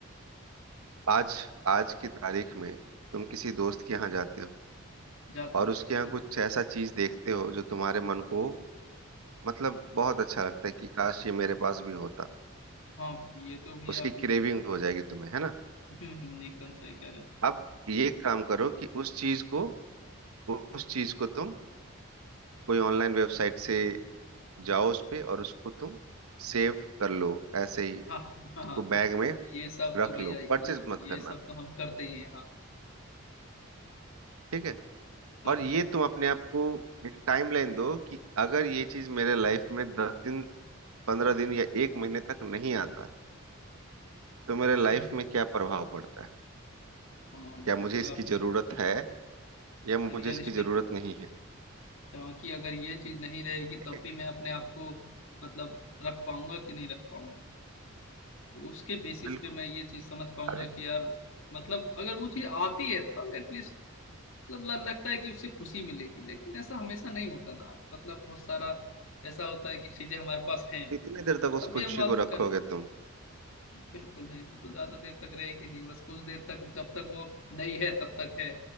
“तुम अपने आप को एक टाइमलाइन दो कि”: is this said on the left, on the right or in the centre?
Right